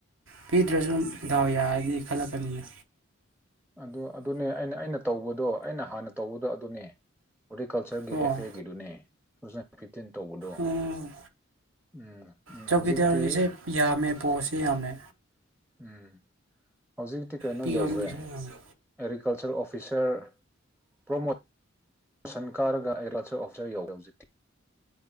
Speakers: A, on the right; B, in the centre.
A: ꯄꯤꯗ꯭ꯔꯁꯨ ꯗꯥꯎ ꯌꯥꯔꯗꯤ ꯈꯜꯂꯛꯀꯅꯤꯅ
B: ꯑꯗꯨ ꯑꯗꯨꯅꯦ ꯑꯩꯅ ꯑꯩꯅ ꯇꯧꯕꯗꯣ ꯑꯩꯅ ꯍꯥꯟꯅ ꯇꯧꯕꯗꯣ ꯑꯗꯨꯅꯦ ꯍꯣꯔꯇꯤꯀꯜꯆꯔꯒꯤ
A: ꯑꯣ
B: ꯑꯦꯐ ꯑꯦꯒꯤꯗꯨꯅꯦ ꯇꯨ ꯊꯥꯎꯖꯟ ꯐꯤꯐꯇꯤꯟ ꯇꯧꯕꯗꯣ
A: ꯎꯝ
B: ꯎꯝ ꯎꯝ
A: ꯆꯧꯀꯤꯗꯔꯒꯤꯁꯦ
B: ꯍꯧꯖꯤꯛꯇꯤ
A: ꯌꯥꯝꯃꯦ ꯄꯣꯠꯁꯦ ꯌꯥꯝꯃꯦ
B: ꯎꯝ ꯍꯧꯖꯤꯛꯇꯤ ꯀꯩꯅꯣ
A: ꯄꯤꯌꯣꯟꯒꯤꯁꯨ
B: ꯌꯧꯈ꯭ꯔꯦ
A: ꯌꯥꯝꯃꯦ
B: ꯑꯦꯒ꯭ꯔꯤꯀꯜꯆꯔ ꯑꯣꯐꯤꯁꯔ ꯄ꯭ꯔꯃꯣꯠ ꯁꯟ ꯀꯥꯔꯒ ꯑꯦꯔꯆꯔ ꯑꯣꯐꯤꯁꯔ ꯌꯧꯋꯦ ꯍꯧꯖꯤꯛꯇꯤ